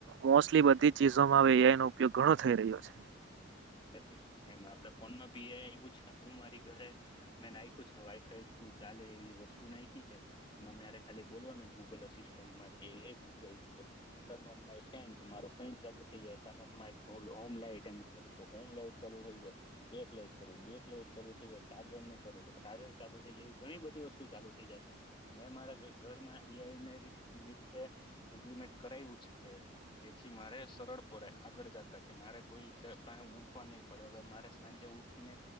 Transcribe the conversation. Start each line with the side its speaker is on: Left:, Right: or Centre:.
Right: મોસ્ટલી બધી ચીજોમાં હવે એ આઈ નો ઉપયોગ ઘણો થઈ રહ્યો છે.
Left: હા સાચી વાત છે એમાં આપડે ફોનમાં બી એ આઈ ઓછા હું મારી ઘરે મેં નાખ્યું છે વાઈફાઈ થ્રુ ચાલે એવી વસ્તુ નાયખી છે એમાં મેરે ખાલી બોલવાનું ગૂગલ અસિસ્ટમાં કે એ Google turn on my fan મારો ફેન ચાલુ થઈ જાય turn off my home light એમ કરું તો હોમ લાઈટ ચાલુ થઈ જાય બેક લાઈટ કરું બેક લાઈટ ચાલુ થઈ જાય ચાર્જર નું કરવું તો ચાર્જર ચાલુ થઈ જાય એવી ઘણી બધી વસ્તુ ચાલુ થઈ જાય છે મેં મારા ઘરમાં એ આઈને રીત રીતે - ઇમ્પ્લિમેન્ટ કરાયવું છે જેથી મારે સરળ પડે આગળ જાતા કે મારે કોઈ જા પા ઉ પણ નહી પડે હવે મારે સાજે ઉઠી ને